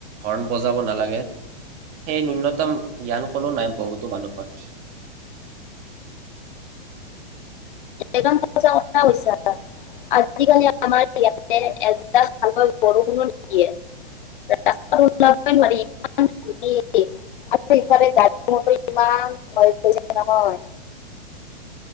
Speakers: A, on the right; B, on the left.
A: হৰ্ণ বজাব নালাগে সেই নূন্যতম জ্ঞান কোনো নাই বহুতো মানুহৰ।
B: একদম সঁচা কথা কৈছা আজিকালি আমাৰ ইয়াতে ভালকৈ বৰষূণ নিদিয়ে ৰাস্তা ই ইফালে গা ইমানয় নহয়।